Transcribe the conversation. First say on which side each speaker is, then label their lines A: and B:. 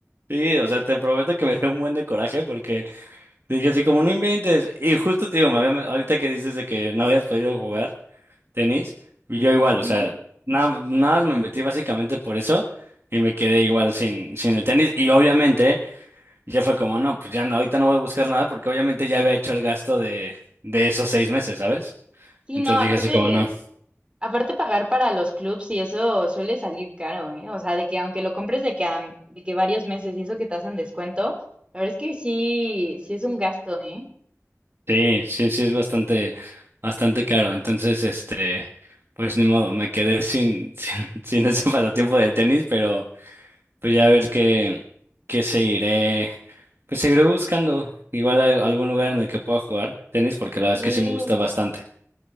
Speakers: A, on the right (about 50°); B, on the right (about 20°).
A: sí, o sea, te prometo que me dio un buen de coraje porque... Dije así como no inventes. Y justo te digo, me había- ahorita que dices de que no habías podido jugar tenis, yo igual,
B: Ujú.
A: o sea, nada, nada más me metí básicamente por eso y me quedé igual sin, sin el tenis. Y obviamente ya fue como, no, pues ya no, ahorita no voy a buscar nada porque obviamente ya había hecho el gasto de, de esos seis meses, ¿sabes?
B: Sí,
A: Entonces
B: no, aparte.
A: dije así como no,
B: Aparte pagar para los clubs y eso suele salir caro, ¿eh? O sea, de que aunque lo compres de que, a- de que varios meses y eso que te hacen descuento, la verdad es que sí, sí es un gasto, ¿eh?
A: sí, sí, sí es bastante, bastante caro. Entonces, este, pues ni modo, me quedé sin, <laughs> sin, sin ese pasatiempo del tenis, pero... Pues ya a ver qué, qué seguiré, pues seguiré buscando igual al- algún lugar en el que pueda jugar tenis, porque la verdad
B: Sí,
A: es que sí me gusta bastante.